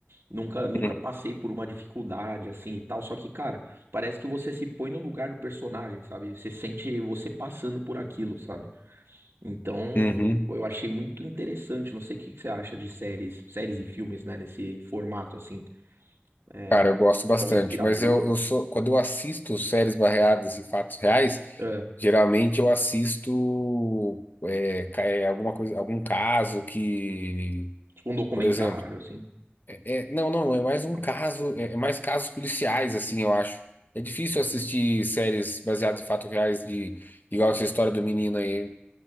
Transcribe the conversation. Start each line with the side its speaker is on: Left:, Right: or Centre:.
Right: Nunca, nunca
Left: hum,
Right: passei por uma dificuldade assim e tal. Só que, cara, parece que você se põe no lugar do personagem, sabe? Você sente você passando por aquilo, sabe? Então,
Left: uhum.
Right: eu achei muito interessante. Não sei o que que você acha de séries, séries e filmes, né? Nesse formato assim, é,
Left: Cara,
Right: de
Left: eu gosto bastante,
Right: história inspiradora,
Left: mas eu, eu sou, quando eu assisto séries barreadas em fatos reais,
Right: é,
Left: geralmente eu assisto é, ca- é, alguma coisa, algum caso que,
Right: tipo um documentário,
Left: por exemplo,
Right: assim.
Left: é, é- não, não, é mais um
Right: então.
Left: caso, é, é mais casos policiais, assim, eu acho. É difícil assistir séries baseadas em fatos reais de, igual essa história do menino aí.